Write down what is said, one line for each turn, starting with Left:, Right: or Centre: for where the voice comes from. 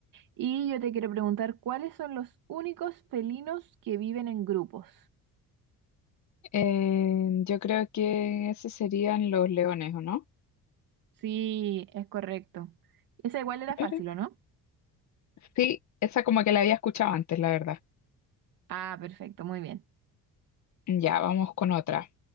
Right: Y yo te quiero preguntar, ¿cuáles son los únicos felinos que viven en grupos?
Left: eh, yo creo que esos serían los leones, ¿o no?
Right: Sí, es correcto. Esa igual era
Left: Pero-
Right: fácil, ¿o no?
Left: Sí, esa como que la había escuchado antes, la verdad.
Right: Ah, perfecto, muy bien.
Left: Ya, vamos con otra.